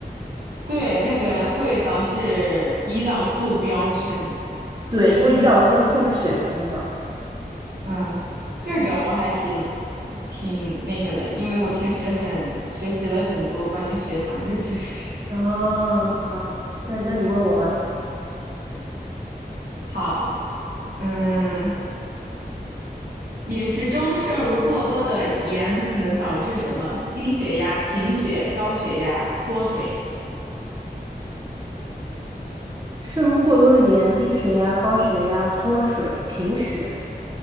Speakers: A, on the right (about 75°); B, on the right (about 25°).
A: 对，那个会导致胰岛素飙升。
B: 对，因为胰岛素是控制血糖的嘛。
A: 嗯，这个我还挺挺那个的，因为我平时很学习了很多关于血糖的知识。
B: 啊，好，那那你问我吧。
A: 好，嗯，饮食中摄入过多的盐可能导致什么？低血压、贫血、高血压、脱水。
B: 摄入过多的盐，低血压、高血压、脱水、贫血。